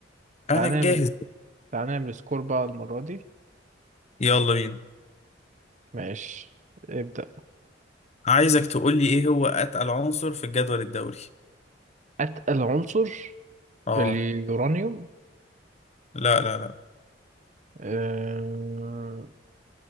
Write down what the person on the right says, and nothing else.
تعال نعمل
تعال نعمل سكور بقى المرة دي
ماشي ابدأ
أتقل عنصر
اليورانيوم
أه...